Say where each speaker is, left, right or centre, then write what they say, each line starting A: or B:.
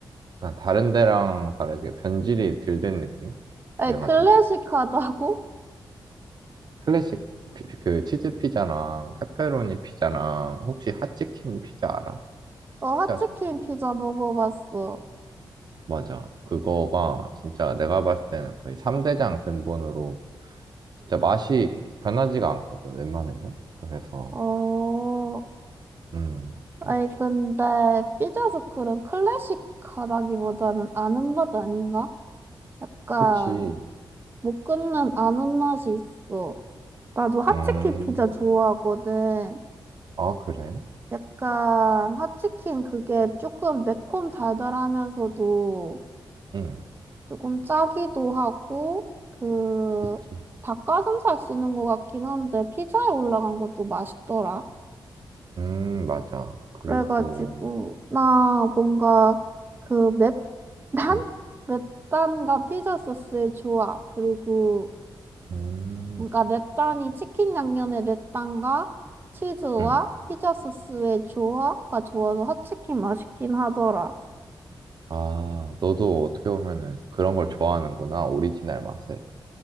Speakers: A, on the right; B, on the right.
A: 약간 다른 데랑 다르게 변질이 덜 된 느낌? 그래가지고
B: 에, 클래식하다고?
A: 클래식 피- 그 치즈 피자랑 페페로니 피자랑 혹시 핫치킨 피자 알아?
B: <laughs> 어,
A: 피자
B: 핫치킨
A: 스쿨에.
B: 피자 먹어봤어.
A: 맞아. 그거가 진짜 내가 봤을 때는 거의 3대장 근본으로 진짜 맛이 변하지가 않거든, 웬만해서. 그래서
B: 어.
A: 음,
B: 아니,
A: 막
B: 근데 삐져서클은 클래식하다기보다는 아는 맛 아닌가? 약간
A: 그치.
B: 못 끊는 아는 맛이 있어. 나도 핫치킨
A: 음.
B: 피자 좋아하거든.
A: 아, 그래?
B: 약간 핫치킨 그게 조금 매콤 달달하면서도
A: 응.
B: 조금 짜기도 하고 그
A: 그치.
B: 닭가슴살 쓰는 것 같긴 한데 피자에 올라간 것도 맛있더라.
A: 음, 맞아. 그리고
B: 그래가지고 나 뭔가 그 난
A: 음.
B: 맵단과 피자 소스의 조화 그리고
A: 음.
B: 뭔가 맵단이 치킨 양념의 맵단과 치즈와
A: 음.
B: 피자 소스의 조화가 좋아서 핫치킨 맛있긴 하더라.
A: 아, 너도 어떻게 보면은 그런 걸 좋아하는구나, 오리지널 맛을.